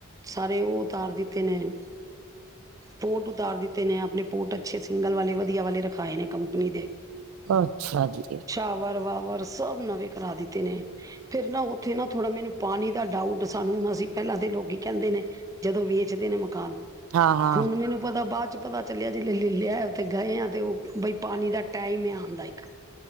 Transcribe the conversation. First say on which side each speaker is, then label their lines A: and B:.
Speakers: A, on the right (about 15°); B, on the right (about 75°).
A: ਸਾਰੇ ਉਹ ਉਤਾਰ ਦਿਤੇ ਨੇ- ਪੋਟ ਉਤਾਰ ਦਿਤੇ ਨੇ ਆਪਣੇ ਪੋਟ ਅਛੇ ਸਿੰਗਲ ਵਾਲੇ ਵਧੀਆ ਵਾਲੇ ਰਖਾਏ ਨੇ ਕੰਪਨੀ ਦੇ।
B: ਅਛਾ ਜੀ,
A: ਟਾਵਰ- ਵਾਵਰ ਸਭ ਨਵੇ ਕਰਾ ਦਿਤੇ ਨੇ। ਫੇਰ ਨਾ ਉਥੇ ਨਾ ਥੋੜਾ ਮੈਨੂੰ ਪਾਣੀ ਦਾ ਡਾਊਟ ਸਾਨ ਅਸੀ ਪਹਿਲਾ ਦੇ ਲੋਕੀ - ਕਹਿਦੇ ਨੇ ਜਦੋ ਵੇਚਦੇ ਨੇ ਮਕਾਨ,
B: ਹਾਂ-ਹਾਂ,
A: ਹੁਣ ਮੈਨੂੰ ਪਤਾ ਬਾਅਦ- ਪਤਾ ਚਲਿਆ ਜਿ ਲੈ ਲਿਆ ਉਥੇ ਗਏ ਆ ਤੇ ਉਹ ਬਈ ਪਾਣੀ ਦਾ ਟਾਈਮ ਆ ਆਣ ਦਾ ਇਕ-